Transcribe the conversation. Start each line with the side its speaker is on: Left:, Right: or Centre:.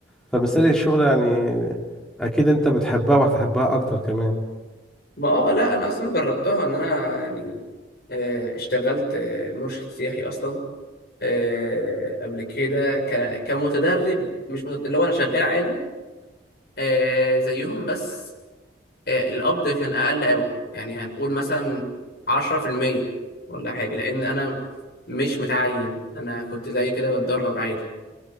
Centre: فمثال الشغل يعني اكيد انت بتحبها وهتحبها اكتر كمان
Left: ما اه لا أنا أصلا جربتها إن أنا يعني آه، اشتغلت آه، مرشد سياحي أصلا آه، قبل كده ك- كمتدرب مش متدرب اللي هو انا شغال عادي آه، زيهم بس آه، القبض كان اقل قوي يعني هنقول مثلا 10% ولا حاجه لان انا مش متعين انا كنت زي كده بتدرب عادي